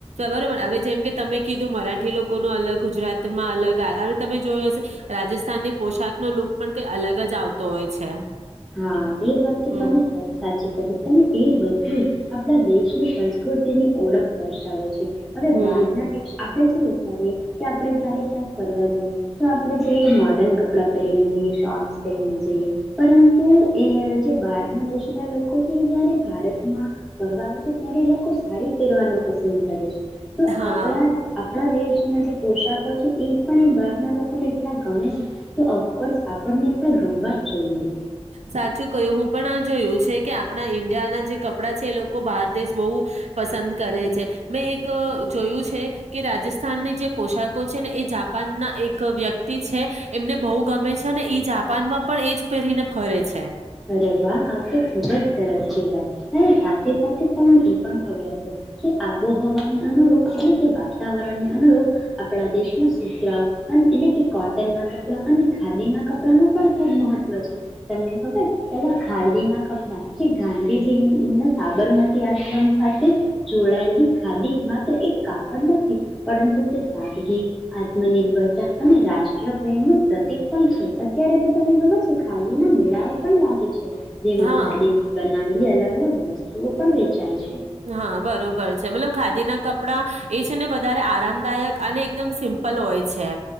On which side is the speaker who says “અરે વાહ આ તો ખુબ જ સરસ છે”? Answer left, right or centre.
Centre